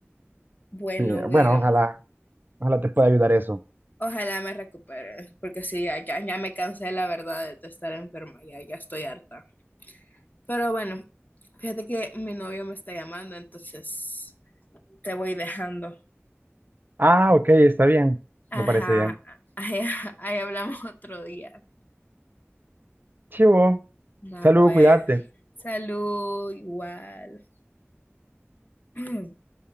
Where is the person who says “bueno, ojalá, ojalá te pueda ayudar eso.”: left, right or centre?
Right